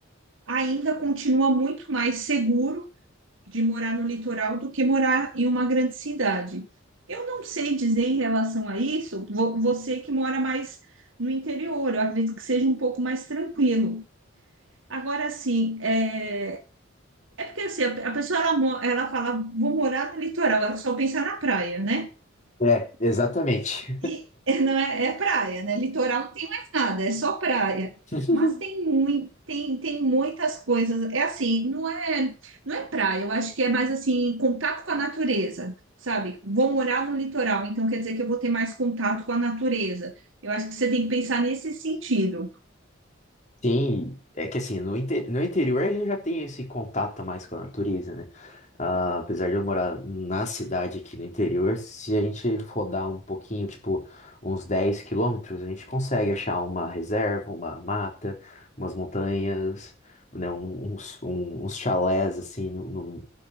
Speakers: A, on the right; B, on the left.
A: ainda continua muito mais seguro de morar no litoral do que morar em uma grande cidade. Eu não sei dizer em relação a isso, vo- você que mora mais no interior, eu acredito que seja um pouco mais tranquilo. Agora, sim, é, É porque assim, a a pessoa ela, mo- ela fala, vou morar no litoral, ela só pensa na praia, né?
B: É, exatamente.
A: E <laughs> não é, é praia, né? Litoral não tem mais nada, é só praia.
B: <laughs>
A: Mas tem, mui- tem, tem muitas coisas. É assim, não é, não é praia, eu acho que é mais assim, contato com a natureza, sabe? Vou morar no litoral, então quer dizer que eu vou ter mais contato com a natureza. Eu acho que você tem que pensar nesse sentido.
B: Sim, é que assim, no, inte- no interior a gente já tem esse contato mais com a natureza, né? Ah, apesar de eu morar na cidade aqui no interior, se a gente rodar um pouquinho, tipo uns 10 quilômetros, a gente consegue achar uma reserva, uma mata, umas montanhas, né? um- Uns, um- uns chalés, assim, no, no-